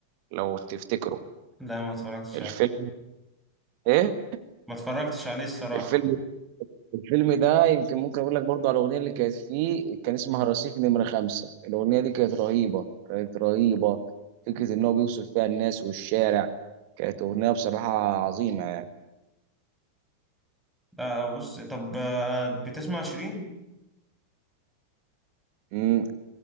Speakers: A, on the right; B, in the centre.
A: لو تفتكروا
B: لا ما اتفرجتش
A: الفيلم ايه
B: ما اتفرجتش عليه الصراحة
A: الفيلم الفيلم ده يمكن ممكن اقول لك برضه على الاغنيه اللي كانت فيه كان اسمها رصيف نمره خمسة الاغنيه دي كانت رهيبه كانت رهيبه فكره ان هو بيوصف فيها الناس والشارع كانت اغنيه بصراحه عظيمه يعني
B: لا بص طب آه، بتسمع شيرين؟
A: أمم،